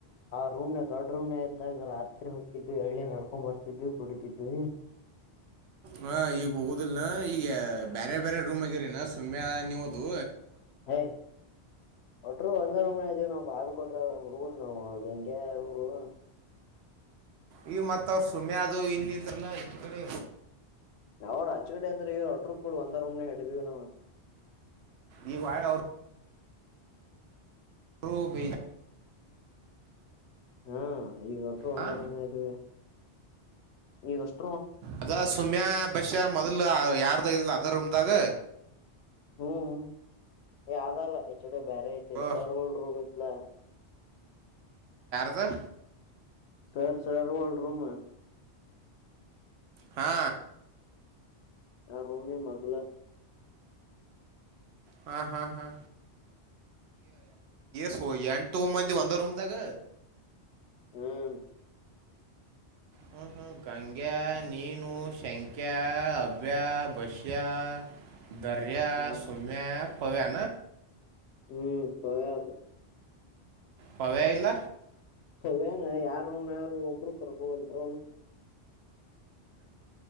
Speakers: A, on the left; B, on the right.
A: ರೂಮ್ ನ ದೊಡ್ಡ ರೂಮ್ ನ ಇದ್ದ ರಾತ್ರಿ ರಾತ್ರೆ ಹಕ್ಕಿದ್ದು ಎಳ್ಳಿ ಹಡ್ಕೊ್ ಬರ್ತಿದ್ದವು ಕುಡಿತಿದ್ದ್ವಿ
B: ಹಾ ಈಗ ಹೋಗುದಲ್ನಾ ಈಗ ಬೇರೆ ಬೇರೆ ರೂಮ್ ಆಗಿರಿನಾ ಸುಮ್ಮನೆ ನೀವದು
A: ಹಯ್ ಒಟ್ರು ಒಂದ ರಮ್ ಇದೇವ ನಾವು ಪಾಲ್ ಕೊಟ್ರಡ ನಾವವು ಯವು
B: ಈಗ ಮತ್ತ ಅವ್ರ ಸುಮ್ಮನೆ ಅದು ಇಲ್ಲಿ ಇದಲ್ಲ ಎಷ್ಟ ಕಡೆ
A: ಅವ್ರ ಅಚ್ ಕಡೆ ಅ್ರೆ ಹೊಟ್ರು ಕೂ ಒಂದ ರೂಮ್ ನ ಹ ಹೇಳಿದೀ ನಾವು
B: ಈ ವಾಯ ಅವ ರೂಬ
A: ಹಾ ಈಗ ಹೊಟ್ಟರು ಒಂದ
B: ಹಾ
A: ರೂಮ್ ನ ಇದ್ದೀವಿ ಈಗಷ್ಟ
B: ಅದ ಸುಮ್ಯಾ ಬಷ್ಯಾ ಮೊದ್ಲು ಯಾರದಾಗಲ್ಲ ಅದ ರೂಮ್ದಾಗ
A: ಹ್ಮ್ ಯದಲ್ಲ ಡೆ ಬ್ಯರೆ ಇತೆೆ
B: ಓ
A: ಸರ್ ಡ್ ರೂಮ ಇಲ
B: ದ
A: ಸರ್ ಸರ್ ಒಲ್ ರೂಮ
B: ಹಾ
A: ಆ ರೂಮಿ ಮೊದುಲ
B: ಹಾ ಹಾ ಹಾ ಸ ಎಂಟು ಮಂದಿ ಒಂದ ರೂಮ್ದಾಗ
A: ಹ್ಮ
B: ಹ್ಮ್ ಹ್ಮ್ ಗಂಗ್ಯಾ ನೀನು ಶಂಖ್ಯಾ ಅಬ್ಯಾ ಬಸ್ಯಾ ದರ್ಯಾ
A: ಹ್ಮ್
B: ಸುಮ್ಯಾ ಪವ್ಯಾ
A: ಹ್ಮ್ ಸತ
B: ಪವ ಇಲ್ಲ
A: ಹವ್ಯನ ಯಾರೂ ಒಬ್ರು ಕರ್ಕೊಲ್ರ